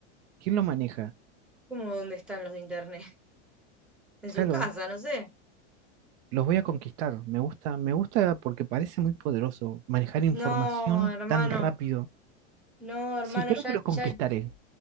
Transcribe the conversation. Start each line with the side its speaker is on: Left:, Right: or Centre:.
Right: ¿Quién lo maneja?
Centre: ¿Cómo dónde están los de internet? <laughs> En
Right: Claro,
Centre: su casa, no sé.
Right: Los voy a conquistar. Me gusta, me gusta porque parece muy poderoso manejar información
Centre: No, hermano.
Right: tan rápido.
Centre: No, hermano,
Right: Sí, creo
Centre: ya,
Right: que los conquistaré.
Centre: ya.